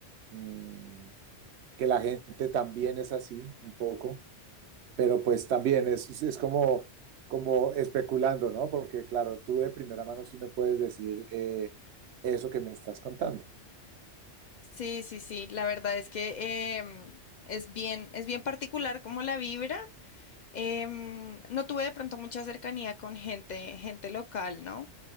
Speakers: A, on the right (about 70°); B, on the left (about 60°).
A: mm, que la gente también es así, un poco, pero pues también es, es como, como especulando, ¿no? Porque claro, tú de primera mano sí me puedes decir eh, eso que me estás contando.
B: Sí, sí, sí, la verdad es que em, es bien, es bien particular como la vibra. Em, no tuve de pronto mucha cercanía con gente, gente local, ¿no?